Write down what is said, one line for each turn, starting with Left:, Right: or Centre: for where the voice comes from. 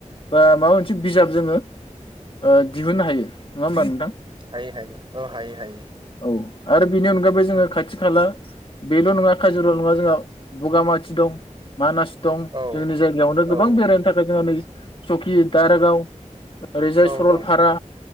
Left: बा माबा मोन से बिजाब जोङो ओ दिहुननो हायो नङा होमबा नोंथां
Right: हायो हायो औ हायो हायो।
Left: औ आरो बेनि अनगायैबो जोङो खाथि खाला बेल' नङा काजिरङा जोंहा बगामाथि दं मानास दं
Right: औ
Left: जोंनि जायगायावनो गो
Right: औ
Left: बां बेरायनो थाखाय जोंहा नै सखि दारागाव ओरैजाय
Right: औ
Left: सरलपारा
Right: दं